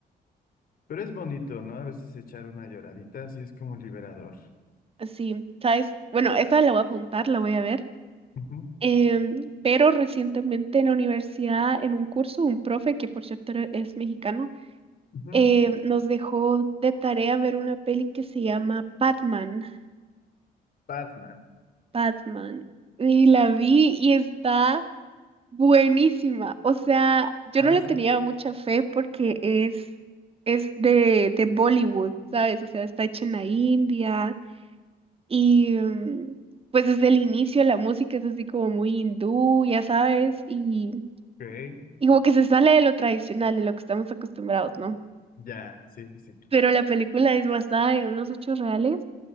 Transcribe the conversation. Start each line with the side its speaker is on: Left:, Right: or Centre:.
Left: pero es bonito, ¿no? A veces echar una lloradita, así es como liberador.
Right: Así, ¿sabes? Bueno, esta la voy a apuntar, la voy a ver.
Left: Ujú,
Right: Em, pero recientemente en la universidad, en un curso, un profe, que por cierto era- es mexicano,
Left: ujú.
Right: em, nos dejó de tarea ver una peli que se llama Batman.
Left: Batman.
Right: Batman. Y la vi y está... Buenísima. O sea, yo
Left: Ah,
Right: no le
Left: sí.
Right: tenía mucha fe porque es, es de, de Bollywood, ¿sabes? O sea, está hecha en la India y mm, pues desde el inicio la música es así como muy hindú, ya sabes, y,
Left: Ok.
Right: y como que se sale de lo tradicional, de lo que estamos acostumbrados, ¿no?
Left: Ya, sí, sí, sí.
Right: Pero la película es basada en unos hechos reales